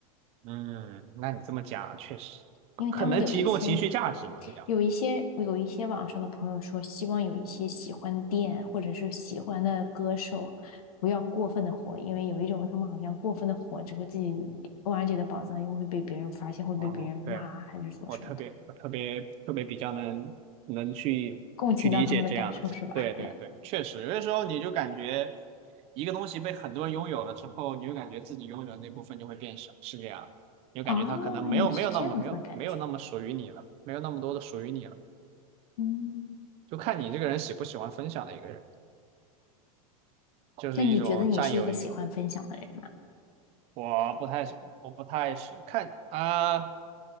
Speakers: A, on the right; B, on the left.
A: 嗯，那你这么讲，确实可能提供情绪价值。
B: 因为他们有一些，
A: 你这么讲
B: 有一些，有一些网上的朋友说，希望有一些喜欢的店或者是喜欢的歌手，不要过分的火，因为有一种他们好像过分的火之后，自己挖掘的宝藏又会被别人发现，会被别人骂啊，
A: 哦，对，
B: 还是什么什么的，
A: 我特别，我特别特别比较能能去去理解这样的，
B: 共情到他们的感受是吧？
A: 对对对，确实，有的时候你就感觉一个东西被很多人拥有了之后，你就感觉自己拥有的那部分就会变少，是这样，
B: <laughs>
A: 你就感觉它可能没有没有那么没有没有那么属于你了，
B: 啊，你是这样子的感觉，
A: 没有那么多的属于你了。
B: 嗯，
A: 就看你这个人喜不喜欢分享的一个人，就是一种占有欲。
B: 那你觉得你是一个喜欢分享的人吗？
A: 我不太我不太是看啊、